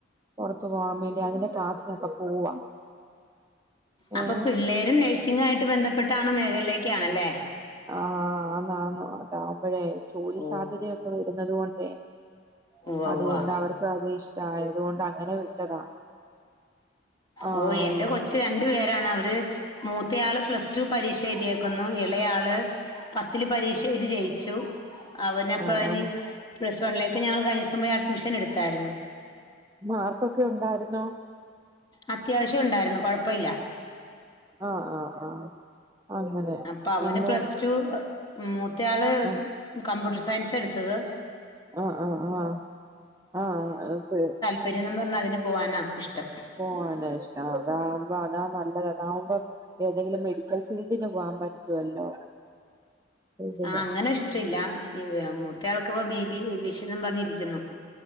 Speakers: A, on the right (about 15°); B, on the left (about 25°).
A: പൊറത്തു പോകൻ വേണ്ടി അതിന്റെ ക്ലാസ്സിലൊക്കെ പോവാ
B: അപ്പ
A: ഏ
B: പിള്ളേരും നഴ്സിംഗു മായിട്ട് ബന്ധപ്പെട്ട മേഖലയിലേക്കാണല്ലേ
A: ആഹ് ആണ് ആണ് അതാവുംബോയെ ജോലി
B: ഓ
A: സാധ്യതയൊക്കെ വരുന്നത് കൊണ്ടേ
B: ഉവ്വ
A: അതുകൊണ്ട്
B: ഉവ്വ
A: അവർക്ക് അതി ഇഷ്ടയതുകൊണ്ട് അങ്ങനെ വിട്ടതാ ആഹ്
B: ഓ എന്റെ കൊച് രണ്ട് പേരാണ് അവര് മൂത്തയാൾ പ്ലസ് ടു പരീക്ഷ എഴുതിക്കുന്നു ഇളയാള് പത്ത് ത്തില് പരീക്ഷ എഴുതി ജയിച്ചു അവനപ്പ
A: ആഹ്
B: ഇനി പ്ലസ് വണിലേക്ക് ഞങ്ങൾ കഴിഞോസം പോയി അഡ്മിഷൻ എടുത്തായിരുന്നു
A: മാർക്കൊക്കെ ഉണ്ടായിരുന്നോ
B: അത്യാവശ്യം ഉണ്ടായിരുന്നു കുഴപ്പല്ല
A: ആഹ് ആഹ് ആഹ് അങ്ങനെ
B: അപ്പൊ അവന്
A: പിന്നെ
B: പ്ലസ്ട്ടു മൂത്ത ആള്
A: ആ
B: കമ്പ്യൂട്ടർ സയൻസ് എടുത്തത്
A: ആഹ്ആഹ് ആഹ് ആഹ ഓക്കെ
B: പെരുന്നും പറഞ്ഞാൽ അതിന് പോകാനാണ് ഇഷ്ടം
A: പോവാന ഇഷ്ട അതാവുമ്പോ അതാ നല്ലത് അതാവുമ്പോ ഏതെങ്കിലും മെഡിക്കൽ ഫീൽഡിന് പോകാൻ പറ്റുവല്ലോ ഇതില്.
B: ആഹ് അങ്ങനെ ഇഷ്ടമില്ല മൂത്തയാൾക്കി ഇപ്പ ബിബി വിഷൻ എന്നും പറഞ്ഞിരിക്കുന്നു